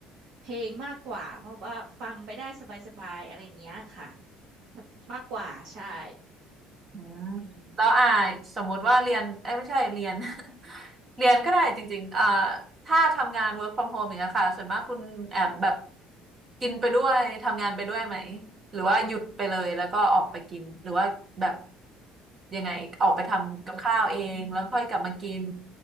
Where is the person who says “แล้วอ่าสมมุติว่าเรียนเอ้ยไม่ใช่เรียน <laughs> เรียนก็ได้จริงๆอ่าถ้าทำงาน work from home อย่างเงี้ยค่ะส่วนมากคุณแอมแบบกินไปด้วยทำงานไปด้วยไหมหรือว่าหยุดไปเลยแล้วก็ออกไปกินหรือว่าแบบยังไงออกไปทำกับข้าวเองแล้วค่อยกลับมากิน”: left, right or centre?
Right